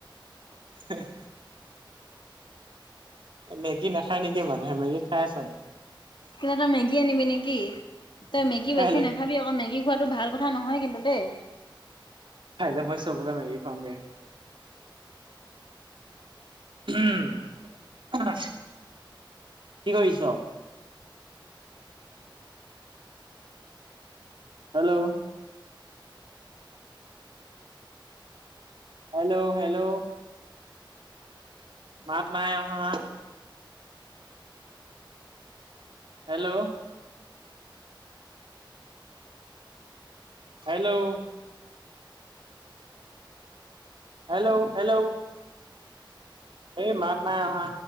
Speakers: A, on the right (about 70°); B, on the left (about 65°).
A: এ হে এ অ। <unintelligible> মেগী নাখায় নেকি মানুহে মেগী খাই চোন।
B: কিবা এটা মেগী আনিব। মেগী তই মেগী
A: কাইলে
B: বেছি নাখাবি আকৌ মেগী খোৱাটো ভাল কথা নহয় কিন্তু দেই।
A: কাইলে মই ‌চবকে মিগী খোৱামগে। উম <unintelligible> কি কৰিছ। হেল্ল'। Hello hello. মাত নাই আহা। হেল্ল'। হেল্ল' হেল্ল'-হেল্ল' এই মাত নাই আহা